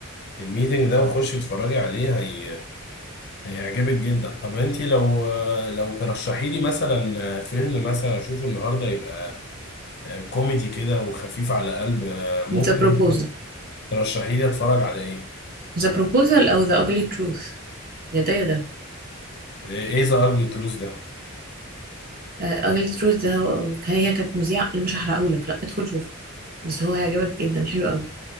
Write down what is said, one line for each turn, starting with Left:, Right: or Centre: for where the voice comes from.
Left: الميتنج ده وخشي اتفرجي عليه هي... هيعجبك جدا طب انت لو آه، لو ترشحي لي مثلا آه، فيلم مثلا اشوفه النهارده يبقى آه، كوميدي كده وخفيف على قلب آه، ممكن
Right: The Proposal
Left: ترشحي لي اتفرج على ايه
Right: The Proposal او The Ugly Truth يا ده يا ده
Left: ايه إيه ذا اجلي تروث ده
Right: اغلي تروز ده هو- هي كانت مذيعة اللي مش هحرقهولك لا ادخل شوف بس هو هيعجبك جدا حلو قوي